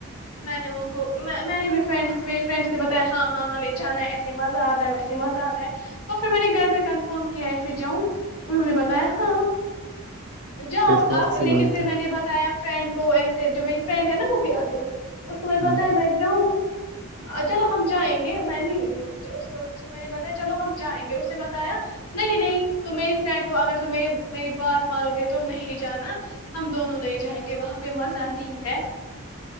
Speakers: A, on the left (about 85°); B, on the right (about 50°).
A: میں نے ان کو میں نے بھی فرینڈس میری فرینڈ سے ب ہاں ہاں ہمیں جانا ایسے مزہ آتا ہے ویسے مزہ آتا ہے تو پھر میں نے گھر میں کنفرم کیا ایسے جاؤں انہوں نے بتایا ہاں جاؤ
B: پھر تو اچھی
A: آپ لیکن
B: بات
A: پھر
B: ہے
A: میں نے بتایا فرینڈ کو ایسے جو میری فرینڈ ہے نا وہ بھی آتے ہو اس کو مجھے
B: ہاں
A: پتا ہے میں جاؤں اچ چلو ہم جائیں گے میں نے اس کو میں نے بتایا چلو ہم جائیں گے اس نے بتایا نہیں نہیں ت میری فرینڈ ہو اگر تم میری بات مانو گے تو نہیں جانا ہم دونوں نہیں جائیں گے وہاں پہ مزہ نہیں ہے